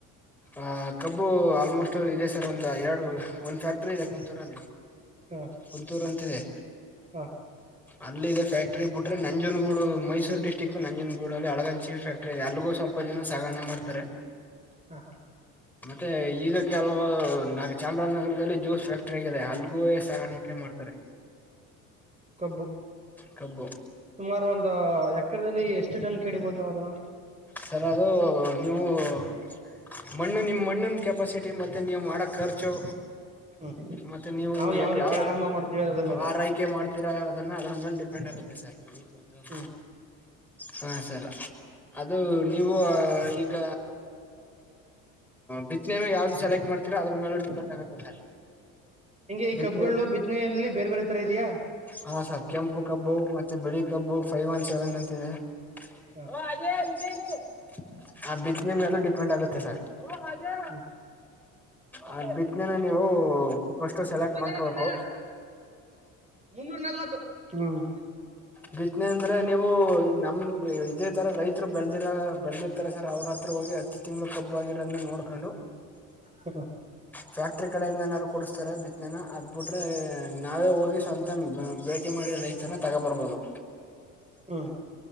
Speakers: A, in the centre; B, on the right.
A: ಅ ಕಬ್ಬು ಆಲ್ಮೋಸ್ಟ್ ಇದೆ ಸರ್ ಒಂದ ಎರಡು ಒಂದ್ ಫ್ಯಾಕ್ಟ್ರಿ ಇದೆ ಕುಂತೂರಲ್ಲಿ
B: ಹಾಂ
A: ಕುಂತೂರಂತಿದೆ
B: ಹಾಂ
A: ಅಲ್ಲ ಇ ಫಕ್ಟ್ರಿ ಬಿ್ರೆ ನಂಜನ ಗೂಡು ಮೈಸೂ ಡ್ಟ್ರಿಕ್ು ನಂಜನಗೂ ಗಡ ಅಳಗಂಚಿ ಫ್ಯಾಕ್ಟ್ರಿದೆ ಎಲ್ಲಗೂ ಸ್ವಲ್ಪ ಜನ ಸಾಗಣೆ ಮಾಡತಾರೆ
B: ಹಾಂ ಹಾಂ
A: ಮತ್ತೆ ಈಗ ಕೆಲವು ನ ಚಾಮರಾಜನಗರದಲ್ಲಿ ಜ್ಯೂಸ್ ಫ್ಯಾಕ್ಟ್ರ ಆಗಿದೆ ಅಲ್ಲಿಗೂ ಸಾಗಾಣಕ್ಕೆ ಮಾಡ್ತಾರೆ
B: ಕಬ್ಬು
A: ಕಬ್
B: ಸುಮಾರು ಒಂದು ಎಕರೆದಲ್ಲಿ ಎಷ್ಟು ಟನ್ ಕಡಿಬೋದು ನಾವ್ ಅದನ್ನ
A: ಸರ್ ಅ ನೀವುಣ್ಣ ನಿಮ್ಮ ಮಣ್ಣಿನ ಕೆಪಾಸಿಟಿ ಮತ್ತು ನೀವು ಮಾಡೋ ಖರ್ಚು
B: ಹ್ಮ್
A: ಮತ್ತೆ ನೀವು
B: ನಾವು
A: ಹೆಂಗ
B: ರೀತಿ
A: ಯಾವ
B: ಆರಂಭ ಮಾಡ್ತೀವಿ ಅದ್ರ ಮೇಲೆ
A: ಆರೈಕೆ ಮಾಡ್ತೀರಾ ಅದನ್ನ ಅದ್ರ ಮೇಲೆ ಸರಿ ಮತ್ತಂತ
B: ಹ್ಮ್
A: ಹಾ ಸರ್ ಅದು ನೀವು ಈಗ ಬಿತ್ತನೆನು ಯಾವ್ದ ಸೆಲೆಕ್ಟ್ ಮಾಡ್ತೀರಾ ಅದ್ರ ಮೇಲೂ ಡಿಪೆಂಡ್ ಆಗುತ್ತೆ ಸರ್
B: ಹಿಂಗೆ ಈ
A: ಬಿತ್ನೆ
B: ಕಬ್ು ಬಿದ್ದನೆಯಲ್ಲಿ ಬೇರೆ ಬೇರೆ ತರ ಇದಯಾ
A: ಹಾ ಸರ್ ಕೆಂಪು ಕಬ್ಬು ಮತ್ತೆ ಬಿಳಿ ಕಬ್ಬು ಫೈವ್ ಒನ್ ಸೆವೆನ್ ಅಂತ ಇಿದೆ
B: ಹ
A: ಓ ಅದೇ ಆ <inaudible> <unintelligible> ಆ ಬಿ ನಿಮ್ಮ ಎಲ್ಲೂ ಡಿಪೆಂಡ್ ಆಗುತ್ತೆ ಸರ್ ಹ ಮಾಜೆ
B: ಹ್ಮ್
A: ಅ್ ಬಿತ್ನೆೇನೆ ನೀವು ಫಸ್ಟು ಸೆಲೆಕ್ಟ್
B: ಬಂದದ
A: ಮಾಡ್ಕೋಬೇಕು
B: ಬಂದದ ಮುನ್ನೂರ ನಲ್ವತ್ತು ಹ್ಮ್
A: ಬಿತ್ತನೆ ಅಂದ್ರೆ ನೀವು ನಮ ಇದೇ ತರ ರೈ ರು ಬೆಳದಿರ ಬೆಳದಿರ್ತಾರ ಸರ್ ಅವ್ರ ಹತ್ರ ಹೋಗಿ ಹತ್ತು ತಿಂಗ್ಳ ಕಬ್ಬ ಆಗಿರಂತ ನೋಡ್ಕೊಂಡು
B: ಹಾ
A: ಫ್ಯಾಕ್ಟ್ರಿ ಕಡೆಯಿಂದ ನಾದಾರರು ಕೊಡಸ್ತಾರೆ ಬಿತ್ನೆನ ಅದ್ಬಿಟ್ರೆ ನಾವೇ ಹೋಗಿ ಸ್ವಂತ ಮಾಡಿ ರೈತನ ತಗೋ ಬರ್ಬೋದು
B: ಹ್ಮ